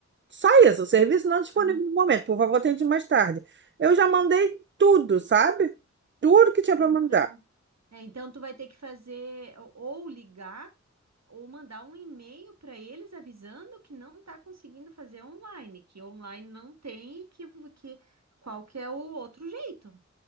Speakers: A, on the right (about 40°); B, on the right (about 65°).
A: Só isso, o serviço não disponível
B: ah,
A: no momento, por
B: tá.
A: favor, tente mais tarde. Eu já mandei tudo, sabe? Tudo que tinha
B: Então
A: para mandar.
B: É, então tu vai ter que fazer ou ligar ou mandar um e-mail para eles avisando que não está conseguindo fazer online, que online não tem e que, que qual que é o outro jeito.